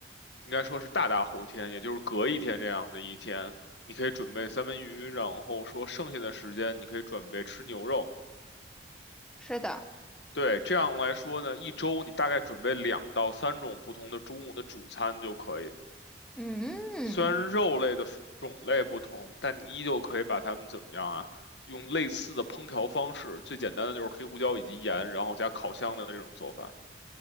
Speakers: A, on the left; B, in the centre.
A: 应该说是大大后天，也就是隔一天这样的一天，你可以准备三文鱼，然后说剩下的时间你可以准备吃牛肉。
B: 是的。
A: 对，这样来说呢，一周你大概准备两到三种不同的中午的主餐就可以。
B: 嗯，
A: 虽然肉类的种类不同，但你依旧可以把它们怎么样啊？用类似的烹调方式，最简单的就是黑胡椒以及盐，然后加烤箱的这种做法，